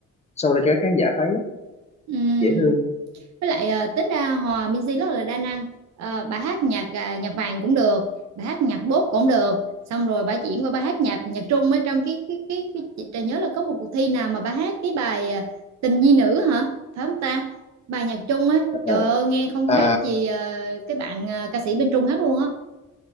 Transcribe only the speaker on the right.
Ừ.
với lại ờ, tính ra Hòa Minzy rất là đa năng Ờ, bà hát nhạc à, nhạc vàng cũng được bà hát nhạc bốp cũng được xong rồi bà chuyển qua bà hát nhạc nhạc Trung ở trong cái cái cái, cái, chị Trà nhớ là có một cuộc thi nào mà bà hát cái bài à, tình nhi nữ hả phải không ta bài nhạc Trung á
trời ơi nghe không
khác gì ờ, cái bạn à, ca sĩ bên Trung hát luôn á